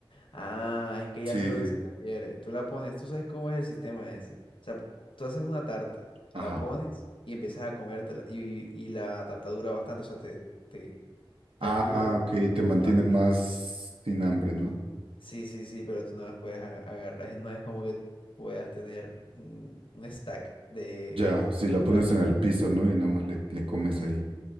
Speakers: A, on the left; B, on the right.
A: ah, es que ya
B: Sí,
A: sé a lo que se refiere. Tú la pones, tú sabes cómo es el sistema ese. O sea, tú haces una tarta,
B: ajá.
A: la pones y empiezas a comértela. Y, y la tarta dura bastante, o sea, te, te, te
B: Ah,
A: ayuda
B: ok, te mantiene
A: bastante.
B: más sin hambre, ¿no?
A: Sí, sí, sí, pero tú no las puedes a- agarrar. es- No es como que puedas tener un, un stack de,
B: Ya,
A: de
B: si
A: estas
B: la pones
A: tartas.
B: en el piso, ¿no? Y nada más le, le comes
A: Sí.
B: ahí.